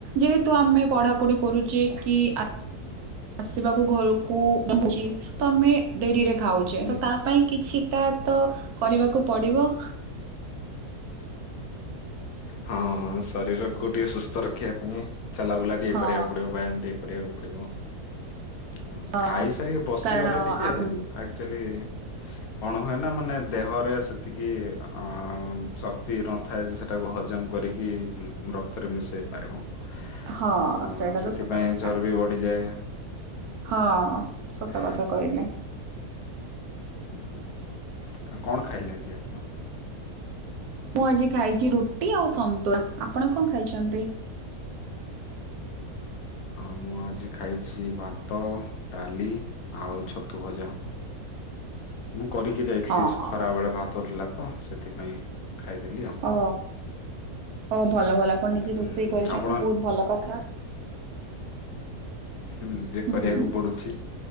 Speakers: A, on the right; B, on the left.
A: ଯେହେତୁ ଆମେ ପଢ଼ାପଢ଼ି କରୁଛେ କି ଆ ଆସିବାକୁ ଘରକୁଡଛି ତ ଆମେ ଡେରିରେ ଖାଉଛେ
B: ହୁଁ
A: ତ ତା ପାଇଁ କିଛିଟା ତ କରିବାକୁ ପଡ଼ିବ।
B: ହଁ ହଁ ଶରୀରକୁୁ ଟିକେ ସୁସ୍ଥ ରଖିବା ପାଇଁ ଚାଲାବୁଲା ଟିକେ
A: ହଁ
B: କରିବାକୁ ପଡିବ ବ୍ୟାୟାମ ଟିକେ କରିବାକୁ ପଡିବ।
A: ହଁ
B: ଖାଇସାରିକି ବସିଗଲେ
A: କାରଣ
B: ଟିକେ
A: ଆମ
B: ଆକ୍ଚୁଆଲି କଣ ହୁଏ ନା ମାନେ ଦେହରେ ସେତିକି ଅ ଶକ୍ତି ନଥାଏ ଯେ ସେଟାକୁ ଜମ୍ କରିକି ରକ୍ତରେ ମିଶାଇ ପାରିବ।
A: ହଁ
B: ତ
A: ସେଇଟା
B: ସେଥିପାଇଁ
A: ତ ସତ କଥା
B: ଚର୍ବି ବଢିଯାଏ।
A: ହଁ। ସତ
B: ହଁ
A: କଥା କହିଲେ
B: ହୁଁ ଆଉ କଣ ଖାଇଲେ ଆଜି ଆପଣ?
A: ମୁଁ ଆଜି ଖାଇଛି ରୁଟି ଆଉ ସନ୍ତୁଳା, ଆଉ ଆପଣ କଣ ଖାଇଛନ୍ତି?
B: ଆ ମୁଁ ଆଜି ଖାଇଛି ଭାତ ଡାଲି ଆଉ ଛତୁ ଭଜା।
A: ହଁ <unintelligible>
B: ମୁଁ କରିକି ଯାଇଥିଲି
A: ହଁ
B: ଖରାବେଳେ ଭାତ ଥିଲା ତ ସେଥିପାଇଁ ଖାଇଦେଲି ଆଉ।
A: ଓ ଓ ଭଲ ଭଲ ଆପଣ ନିଜେ
B: ହୁଁ
A: ରୋଷେଇ କରିଛନ୍ତି
B: ଆପଣ
A: ବହୁତ ଭଲ କଥା।
B: ନିଜେ କରିବାକୁ
A: ହୁଁ
B: ପଡୁଛି।